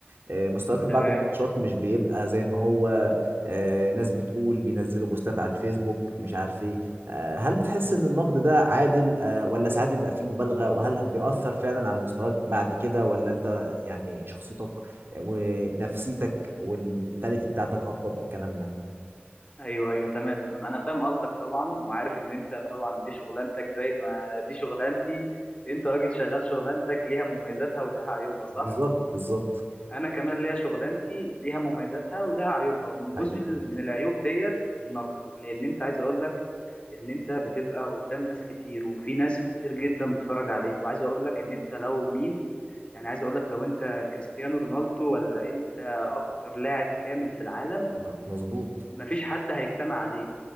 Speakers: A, on the right; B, on the left.
A: آه، مستواك في بعض
B: تمام
A: الماتشات مش بيبقى زي ما هو آه، ناس بتقول بينزلوا بوستات على الفيسبوك مش عارف ايه آه، هل بتحس ان النقد ده عادل آه، ولا ساعات بيبقى فيه مبالغه وهل بيأثر فعلا على مستواك بعد كده ولا انت يعني شخصيتك ونفسيتك والمنتاليتي بتاعتك اقوى بالكلام ده
B: ايوه ايوه تمام تمام انا فاهم قصدك طبعا وعارف ان انت طبعا دي شغلانتك زي ما دي شغلانتي انت راجل شغال شغلانتك ليها مميزاتها وليها عيوبها صح
A: بالظبط بالظبط
B: انا كمان ليا شغلانتي ليها مميزاتها وليها عيوبها ومن جزء
A: حقيقي
B: ال- من العيوب ديت النقد لان انت عايز اقول لك ان انت بتبقى قدام ناس كتير وفي ناس كتير جدا بتتفرج عليك وعايز اقول لك ان انت لو مين يعني عايز اقول لك لو انت كريستيانو رونالدو ولا انت اكتر لاعب كامل في العالم
A: م- مظبوط
B: مفيش حد هيجتمع عليك